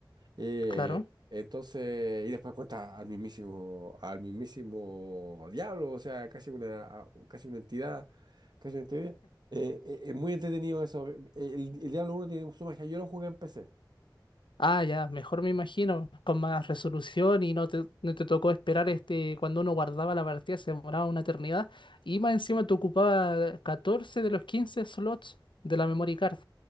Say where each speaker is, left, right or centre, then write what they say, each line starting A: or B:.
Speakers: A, on the right (about 60°); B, on the left (about 80°).
A: Eh,
B: Claro.
A: entonces, y después cuenta al mismísimo, al mismísimo diablo, o sea, casi una, a- casi una entidad, casi una entidad. Eh, eh, es muy entretenido eso. Eh, El, el Diablo uno tiene su magia. Yo lo jugué en PC
B: Ah, ya, mejor me imagino, con más resolución y no te, no te tocó esperar este, cuando uno guardaba la partida se demoraba una eternidad y más encima te ocupaba 14 de los 15 slots de la memory card.